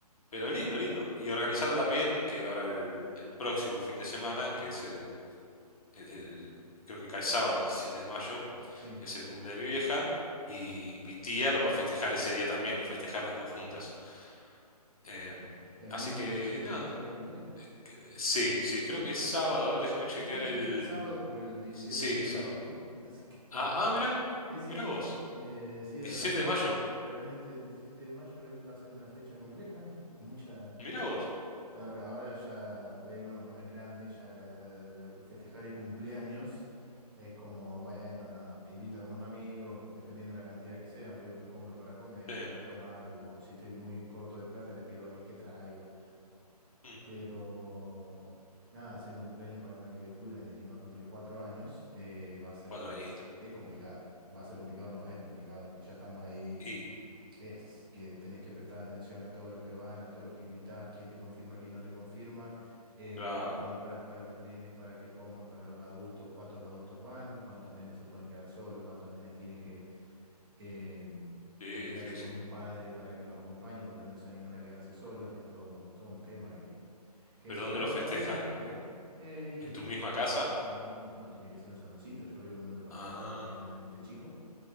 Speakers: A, on the left; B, on the right.
A: Pero lindo, lindo. Y organizando también que ahora el, el próximo fin de semana, que es el, el- el- creo que cae sábado 17 de mayo,
B: Sí.
A: es el cumple de mi vieja. Y mi tía lo va a festejar ese día también, lo festejan las dos juntas. Em,
B: ¿El
A: así
B: mismo
A: que
B: diecisiete
A: nada,
B: de mayo es el cumpleaños?
A: que- sí, sí, creo
B: Mira.
A: que es sábado. A ver, déjame chequear
B: Sí,
A: el...
B: sí, sí, es sábado porque el 17
A: Sí,
B: cumple
A: sábado.
B: mi hijo. <laughs> Así que.
A: Ah, ah, mirá,
B: Sí, sí,
A: mirá
B: sí.
A: vos.
B: Eh, sí,
A: diecisiete
B: realmente,
A: de mayo,
B: realmente el 17 de mayo es, va a ser una fecha compleja. <laughs> Mucha.
A: mirá vos.
B: Ahora, ahora ya por ahí uno cuando es grande, ya la- la- la- festejar el cumpleaños es como, bueno, no, invito a algunos amigos, dependiendo de la cantidad que sean, veo que compro para comer,
A: Sí,
B: para tomar, o si estoy muy corto de plata, le pido a alguien que traiga.
A: mm,
B: Pero nada, haciendo cumpleaños para una criatura que encima cumple cuatro años, eh, va a ser
A: cuatro
B: compli-
A: añitos.
B: es complicado. Va a ser complicado, no, es complicado, porque ya estamos ahí.
A: Y,
B: Es que tenés que prestar atención a todos los que van, a todos los que invitás, quién te confirma, quién no te confirma, eh,
A: claro,
B: qué comprás para los nenes, para que coman, para los adultos, cuántos adultos van, cuántos nenes se pueden quedar solos, cuántos nenes tienen que, em,
A: sí,
B: que quedarse
A: difícil.
B: con un padre para que los acompañe, porque no se animan a quedarse solos. Es todo, todo un tema que que
A: ¿Pero
B: es un
A: dónde
B: dolor
A: lo
B: de
A: festejan?
B: cabeza, pero...
A: ¿En,
B: eh, y
A: en tu
B: tenía...
A: misma casa?
B: No, no, tenía que ser un saloncito. Yo vivo en un departamento
A: Ah,
B: medianamente chico,